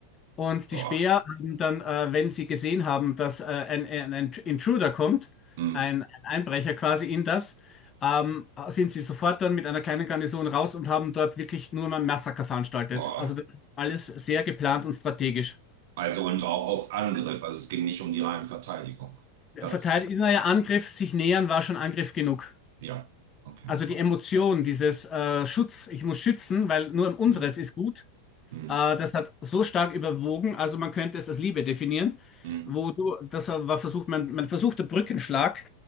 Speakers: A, on the left; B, on the right.
A: Und
B: Boah.
A: die Späher haben dann, äh, wenn sie gesehen haben, dass äh, ein, ein, ein Intruder kommt,
B: Hm,
A: ein, ein Einbrecher quasi in das, ähm, sind sie sofort dann mit einer kleinen Garnison raus und haben dort wirklich nur mal ein Massaker veranstaltet.
B: boah.
A: Also das ist alles sehr geplant und strategisch.
B: Also und auch auf Angriff. Also es ging nicht um die reine Verteidigung. Das,
A: Verteidiger Angriff, sich nähern war schon Angriff genug.
B: ja. Okay,
A: Also
B: okay.
A: die Emotion, dieses äh, Schutz, ich muss schützen, weil nur um unseres
B: Hm,
A: ist gut,
B: hm,
A: Äh, das hat so stark überwogen, also man könnte es als Liebe definieren,
B: hm,
A: wo du, das war versucht, man, man versuchte Brückenschlag